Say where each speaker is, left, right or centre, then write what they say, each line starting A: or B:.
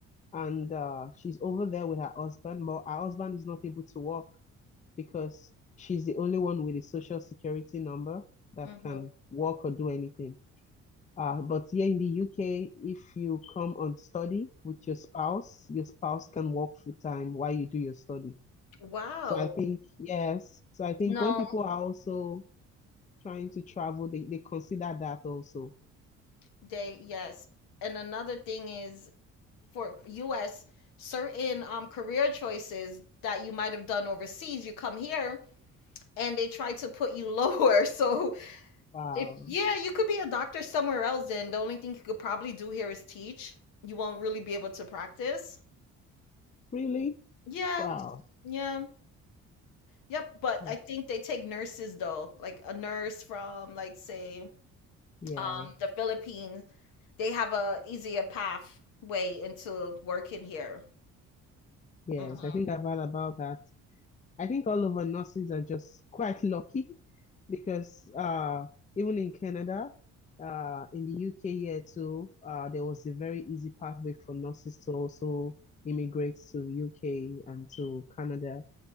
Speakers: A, on the left; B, on the left.
A: and uh, she's over there with her husband, but her husband is not able to work because she's the only one with a social security number that
B: hmm
A: can work or do anything. Uh, but here in the UK, if you come on study with your spouse, your spouse can work full time while you do your study.
B: Wow.
A: So I think, yes. So I think
B: No,
A: when people are also trying to travel, they, they consider that also.
B: they yes. And another thing is for US certain um career choices that you might have done overseas, you come here and they try to put you lower. <laughs> So
A: Wow.
B: If yeah, you could be a doctor somewhere else, and the only thing you could probably do here is teach. You won't really be able to practice.
A: Really?
B: Yeah,
A: Wow.
B: yeah, yep. But
A: Wow.
B: I think they take nurses though, like a nurse from, like, say,
A: Yeah.
B: um, the Philippines. They have a easier pathway into working here.
A: Yes.
B: Mhm.
A: I think I've heard about that I think all of our nurses are just quite lucky because uh, even in Canada, uh, in the UK here too, uh, there was a very easy pathway for nurses to also immigrate to UK and to Canada.